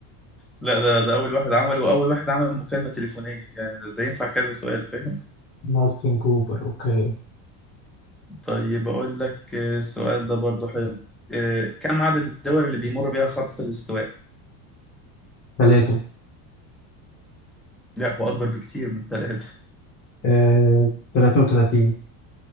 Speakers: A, in the centre; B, on the left.
A: لا ده ده أول واحد عمله وأول واحد عمل مكالمة تليفونية يعني ده, ده ينفع كذا سؤال فاهم
B: مارتن كوبر اوكي
A: طيب أقول لك آه، السؤال ده برضو حلو آه، كم عدد الدول اللي بيمر بيها خط الاستواء؟
B: ثلاثة
A: لا هو أكبر بكتير من ثلاثة <laughs>
B: آه، ثلاثة وثلاثين